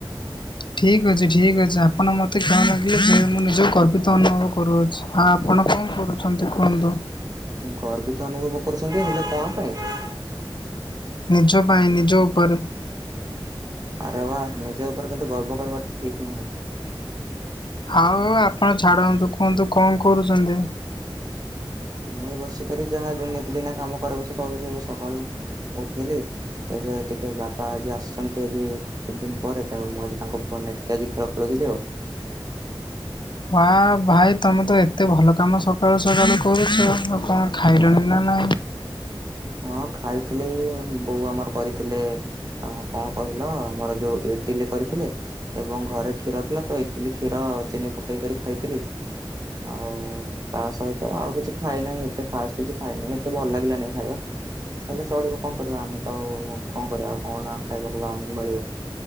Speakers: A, on the left (about 60°); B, on the right (about 45°).
A: ଠିକ୍ ଅଛି ଠିକ୍ ଅଛି ଆପଣ ମୋତେ କ୍ଷମା ମାଗିଲେ ମୁଁ ନିଜକୁ ଗର୍ବିତ ଅନୁଭବ କରୁଅଛି। ହଁ ଆପଣ କଣ କରୁଛନ୍ତି କୁହନ୍ତୁ?
B: ଗର୍ବିତ ଅନୁଭବ କରୁଛନ୍ତି ହେଲେ କଣ ପାଇଁ?
A: ନିଜ ପାଇଁ ନିଜ ଉପରେ।
B: ଆରେ ୱା ନିଜ ଉପରେ କିନ୍ତୁ ଗର୍ବ କରିବା ଠିକ ନୁହଁ।
A: ହଉ ଆପଣ ଛାଡନ୍ତୁ କୁହନ୍ତୁ କଣ କରୁଚନ୍ତି?
B: ମୁ ଏଇ ବସିକରି ଯାହା ନିତିଦିନିଆ କାମ କରେ ବସି କରୁଛି ଏବେ ସକାଳୁ ଉଠିଲି। ଏବେ ଟିକେ ବାପା ଆଜି ଆସିଛନ୍ତି। ଆଜି କେତେ ଦିନ ପରେ ତେଣୁ ମୁଁ ଆଜି ତାଙ୍କ ଫୋନରେ ଟିକେ ଆଜି ଖେଳ ଖେୁଳୁଥିଲି ଆଉ।
A: ହଁ ଭାଇ ତମେ ତ ଏତେ ଭଲ କାମ ସକାଳୁ ସକାଳୁ କରୁଛ। ଆଉ କଣ ଖାଇଲଣି ନା ନାହିଁ?
B: ହଁ ଖାଇଥିଲି ବୋଉ ଆମର କରିଥିଲେ ଆଉ କଣ କହିଲ ଆମର ଯୋଉ ଇଟିଲି କରିଥିଲେ। ଏବଂ ଘରେ କ୍ଷୀର ଥିଲା ତ ଇଟିଲି, କ୍ଷୀର, ଚିନି ପକେଇକରି ଖାଇଥିଲି। ଆଉ। ତା ସହିତ ଆଉ କିଛି ଖାଇନାହିଁ ଏତେ ଖାସ୍ କିଛି ଖାଇନାହିଁ ଏତେ ଭଲ ଲାଗିଲାନି ଖାଇବା। ହେଲେ ଚଳିବ କଣ କରିବା ଆମେ ତ ଆଉ କଣ କରିବା ଆଉ କଣ ନା ଖାଇବାକୁ ବା ଆମକୁ ମିଳିବ।